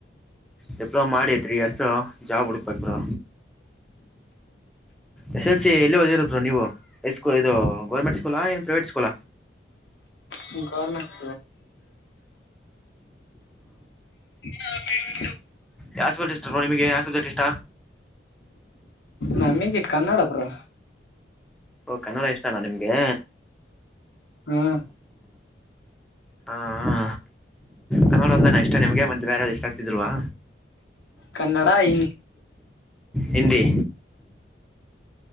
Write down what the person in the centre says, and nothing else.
ಡಿಪ್ಲೋಮ್ ಮಾಡಿ ತ್ರೀ ಇಯರ್ಸ್ ಜಾಬ್ ಹುಡ್ಕಬೇಕು ಬ್ರೋ ಎಸ್ ಎಲ್ ಸಿ ಎಲ್ಲಿ ಓದಿರರು ಬ್ರೋ ನೀವು ಐಸ್ಕೂಲ್ ಇದು ಗೌರ್ಮೆಂಟ್ ಸ್ಕೂಲ ಏನ್ ಪ್ರೈವೇಟ್ ಸ್ಕೂಲ
ಯ ಇಷ್ಟ ಬ್ರೋ ನಿಮಗೆ ಯ ಸಬ್ಸಿಟ್ ಇಷ್ಟ
ಓ ಕನ್ನಡ ಇಷ್ಟನ ನಿಮ್ಗೆ
ಹಾ ಹಾ ಕನ್ನಡ ಒಂದಾನ ಎಷ್ಟ ನಿಮ್ಗೆ ಮತ್ತೆ ಬೇರೆ ಯಾದು ಇಷ್ಟಾಗ್ತಿದಲ್ವಾ
ಹಿಂದಿ